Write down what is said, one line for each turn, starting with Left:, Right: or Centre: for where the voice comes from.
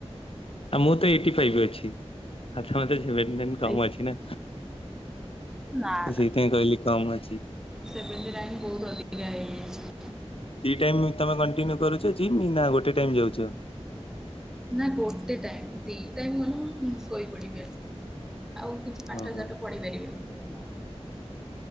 Left: ଆଉ ମୁଁ ତ ଏଇଟି ଫାଇପ୍ ଅଛି ଆଛା ମତେ <unintelligible> କମ
Centre: ଆଜ୍ଞା
Left: ଅଛି ନା।
Centre: ନା
Left: ତ
Centre: ନା
Left: ସେଇଥିପାଇଁ କହିଲି କମ ଅଛି।
Centre: ସେଭେଣ୍ଟି ନାଇନ୍ ବୋହୁତ ଅଧିକା ହେଇଯାଇଚି।
Left: ଦି ଟାଇମ ତମେ କଣ୍ଟିନ୍ୟୁ କରୁଚ ଜିମ୍ ନା ଗୋଟେ ଟାଇମ୍ ଯାଉଚ?
Centre: ନା ଗୋଟେ ଟାଇମ୍ ଦି ଟାଇମ୍ ଗଲେ ମୁଁ ଶୋଇପଡିବି ଆସିକି। ଆଉ କିଛି ପାଠ
Left: ଓହୋ
Centre: ସାଠ ପଢି ପାରିବିନି।